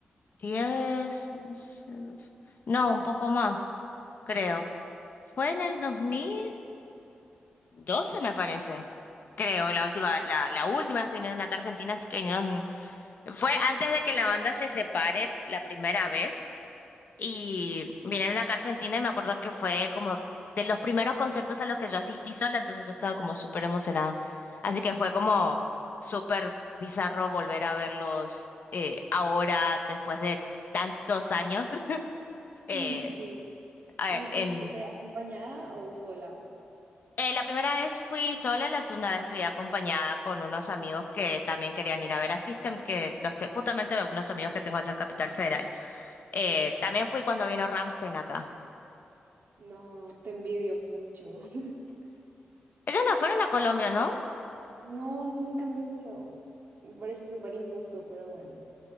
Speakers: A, on the left; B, on the right.
A: diez, 11, 12. No, un poco más, creo. Fue en el dos mil. doce me parece. Creo, la última, la, la última vez que vinieron acá a Argentina, así que vinieron, fue antes de que la banda se separe la primera vez, y vinieron acá a Argentina y me acuerdo que fue como de los primeros conciertos a los que yo asistí sola, entonces yo estaba como súper emocionada. Así que fue como súper bizarro volver a verlos eh, ahora, después de tantos años, <laughs> eh,
B: Mm, Sí.
A: a-
B: ¿Y fuiste
A: en
B: acompañada o sola?
A: Eh, la primera vez fui sola, la segunda vez fui acompañada con unos amigos que también querían ir a ver a System, que los te- justamente unos amigos que tengo allá en Capital Federal. Eh, también fui cuando vino Ramstein acá.
B: No, te envidio mucho. <laughs>
A: Ellos no fueron a Colombia, ¿no?
B: No, nunca han venido. Me parece súper injusto, pero bueno.